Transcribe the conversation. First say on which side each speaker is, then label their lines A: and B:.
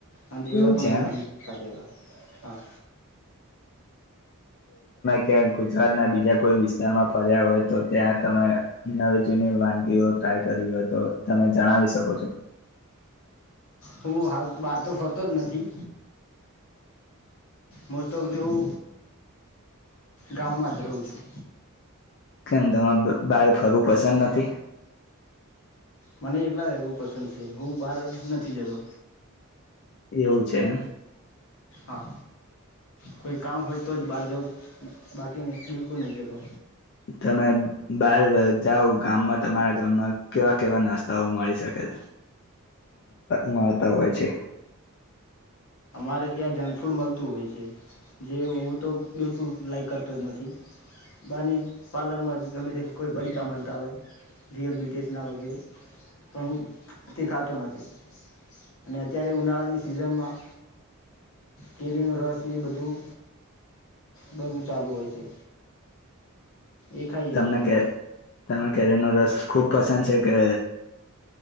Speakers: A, on the left (about 65°); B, on the left (about 50°).
A: અને દેવડા
B: એવું
A: પણ
B: છે એમ
A: મેનહી સાથેલા. હા.
B: કે ગુજરાત ના બીજા કોઈ વિસ્તારમાં ફર્યા હોય તો ત્યાં તમે નવી જૂની વાનગીઓ ટ્રાય કરી હોય તો તમે જણાવી શકો છો.
A: હું હાલ બહાર તો ફરતો જ નથી. મોસ્ટ અફ લ હું ગામામમાંધ રઉ છું.
B: કેમ તમારે બાર ફરવું પસંદ નથી?
A: મને એકલા રહેવું પસંદ છે હું બહાર નથી જતો.
B: એવું છે એમ.
A: હા, કોઈ કામ હોય તો જ બહાર જવું બાકીને બિલકુલ નહીં જતો.
B: તમે બાર જાઓ ગામમાં તમારા ગામમાં કેવા કેવા નાસ્તાઓ મળી શકે મળતા હોય છે?
A: અમારે ત્યાં જંકફૂડ મળતું હોય છે, જે હું તો બિલકુલ લાાઈક કરતો જ નથી, બહારની જ પાર્લરમાં ગમે તે કોઈ પડીતા મળતા હોય, રીયલ બીટીસના વગેરે, પણ હું તે ખાતો નથી, અને અત્યારે ઉનાળાની સિઝનમાં કેરીનો રસને બધું બધું ચાલુ હોય છે. એ ખાઈએ
B: તમને
A: અમે
B: કે તમે કેરીનો રસ ખૂબ પસંદ છે કે